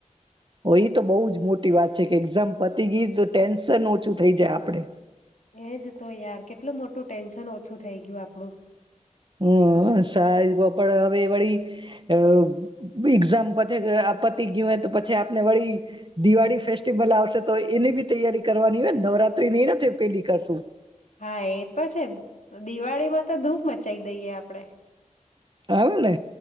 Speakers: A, on the right (about 40°); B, on the left (about 75°).
A: ઓ એ તો બઉ જ મોટી વાત છે કે એક્ઝામ પતી ગી, તો ટેન્શન ઓછું થઇ જાય આપડે.
B: એજ તો યાર કેટલું મોટું ટેન્શન ઓછું થઈ ગ્યું આપણું.
A: હમ્મ સાયબો હવે વળી અ એક્ઝામ પતિ ગઈ હો આ પતિ ગયું હોય તો પછી આપને વળી દિવાળી ફેસ્ટિવલ આવશે તો એની બી તૈયારી કરવાની હોયને નવરાત્રી ન નથી પેલી કરશું.
B: હા એ તો છે જ. દિવાળીમાં તો ધૂ મ મચાઈ દઈએ આપડે.
A: અવને